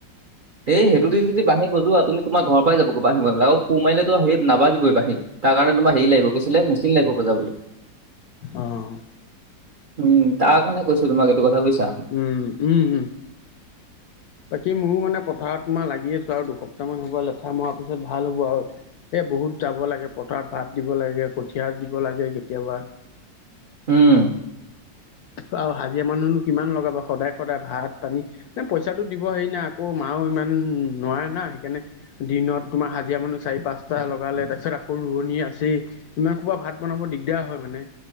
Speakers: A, on the right; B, on the left.
A: এই সেইটো দি যদি বাঁহী বজোৱা তুমি তোমাৰ ঘৰ পাই যাব বাঁহী বজালে আকৌ ফুহ মাৰিলেতো সেইত নাবাজিবই বাঁহী। তাৰ কাৰণে তোমাৰ হেৰি লাগিব কি আছিলে মিচিন লাগিব বজাবলে।
B: অ'।
A: উম তাৰ কাৰণে কৈছোঁ তোমাক এইটো কথা বুইছা।
B: উম উম উম। বাকী মোৰো মানে পথাৰত তোমাৰ লাগি আছো আৰু দুসপ্তাহ মান হ'ব আৰু লেঠা মৰা পিছত ভাল হ'ব আৰু। এই বহুত যাব লাগে পথাৰত ভাত দিব লাগে কঠিয়া দিব লাগে কেতিয়াবা।
A: উম।
B: আৰু হাজিৰা মানুহনো কিমান লগাব সদায় সদায় ভাত পানী ন পইচাটো দিব হেৰি নাই আকৌ মাও ইমান নোৱাৰে না সেইকাৰণে দিনত তোমাৰ হাজিৰা মানুহ চাৰি পাঁচটা লগালে। তাৰ পিছত আকৌ ৰোৱনী আছেই ইমান সোপা ভাত বনাব দিগদাৰ হয় মানে।